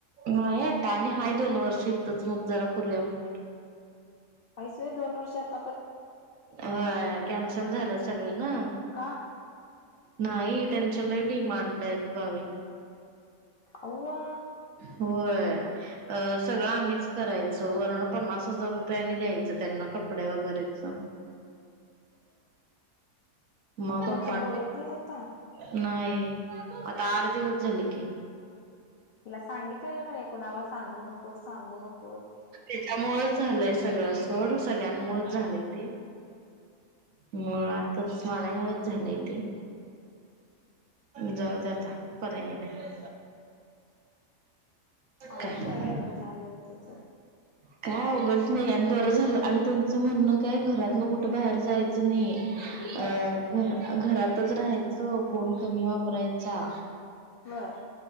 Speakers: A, on the right; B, on the left.
A: नाही आता आणि हाय दोन वर्ष इथंच मग जरा करूया म्ह
B: हासय होय दोन वर्षात
A: होय कॅन्सल झालं सगळं ना
B: का
A: नाही त्यांच्या लय डिमांड आहेत बाई
B: अवा
A: होय सगळं आम्हीच करायचं वर्ण पन्नास हजार रुपये आम्हीच द्यायचं. त्यांना कपड्या वगैरेच <inaudible> मग पपा
B: तू बोलत नाहीस आता
A: नाही आता आठ दिवस झाले की
B: तिला सांगितलेलं कुणाला सांगू नकोस सांगू नको
A: त्यामुळंच झालय सगळ सोड सगळ्यांमुळच झालय ते. मुळातच माझ्यामुळे झालय ते जाऊ त्याता पर्याय नाही
B: अवघड
A: काय
B: झालं तुझ
A: काय अवघड नाही आणि बरं आणि त्याचं म्हणणं काय घरातन कुठ भायेर जायचं नाही
B: बर
A: अ घर घरातच राहायचं फोन कमी वापरायचा
B: बर